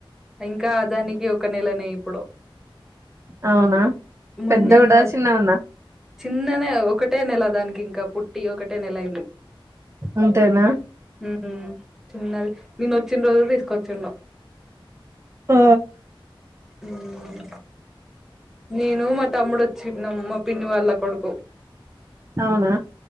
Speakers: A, in the centre; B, on the right.
A: ఇంకా దానికి ఒ ఒక నెలనే ఇప్పుడు
B: అవునా
A: మొన్నేనిగా
B: పెద్ద గుంటద చిన్నగున్న
A: చిన్ననే ఒకటే నెల దానికి ఇంకా పుట్టి ఒకటే నెలైయింది.
B: అంతేనా
A: ఉమ్ చిన్నది నేన్ ఒచ్చిన్ రోజు తీసుకొచ్చిండు.
B: ఆ
A: మ్ నేను మా తమ్ముడోచ్చినం. మా పిన్ని వాళ్ళ కొడుకు
B: అవునా